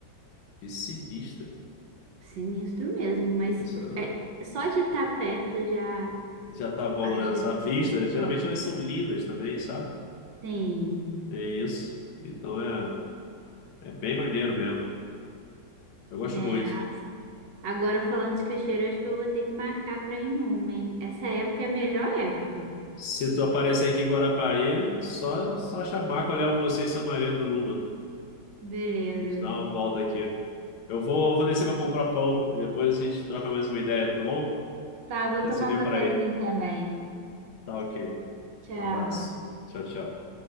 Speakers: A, on the left; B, on the right.
A: Que sinistro.
B: sinistro mesmo, mas
A: Isso
B: é, só de estar perto eu já
A: já tá bom,
B: acho
A: né? Essa
B: assim,
A: vista, geralmente
B: é,
A: elas são lindas também, sabe?
B: sim,
A: É isso. Então é. É bem maneiro mesmo. Eu gosto
B: né?
A: muito.
B: Agora falando de cachoeira, acho que eu vou ter que marcar pra ir em uma, hein? Essa época é a melhor época.
A: Se tu aparecer aqui em Guarapari, só, só chamar que eu levo você e sua Maria do Luma.
B: Beleza.
A: A gente dá uma volta aqui. Eu vou, eu vou descer pra comprar pão e depois a gente troca mais uma ideia, tá bom?
B: Tá, vou
A: A
B: tomar
A: gente se vê
B: um cafezinho
A: por aí.
B: também.
A: Tá ok.
B: Tchau.
A: Um abraço. Tchau, tchau.